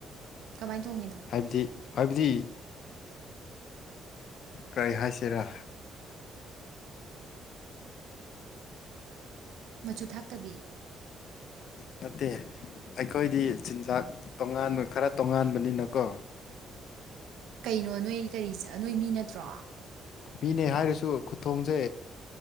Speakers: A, on the right; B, on the left.
A: ꯀꯃꯥꯏ ꯊꯣꯡꯉꯤꯅꯣ
B: ꯍꯥꯏꯕꯗꯤ ꯍꯥꯏꯕꯗꯤ ꯀꯔꯤ ꯍꯥꯏꯁꯤꯔꯥ
A: ꯃꯆꯨ ꯊꯥꯛꯇꯕꯤ
B: ꯅꯠꯇꯦ ꯑꯩꯈꯣꯏꯗꯤ ꯆꯤꯟꯖꯥꯛ ꯇꯣꯉꯥꯟꯕ ꯈꯔ ꯇꯣꯉꯥꯟꯕꯅꯤꯅꯀꯣ
A: ꯀꯩꯅꯣ ꯅꯣꯏ ꯀꯔꯤꯆ ꯅꯣꯏ ꯃꯤ ꯅꯠꯇ꯭ꯔꯣ
B: ꯃꯤꯅꯦ ꯍꯥꯏꯔꯁꯨ ꯈꯨꯊꯣꯡꯖꯦ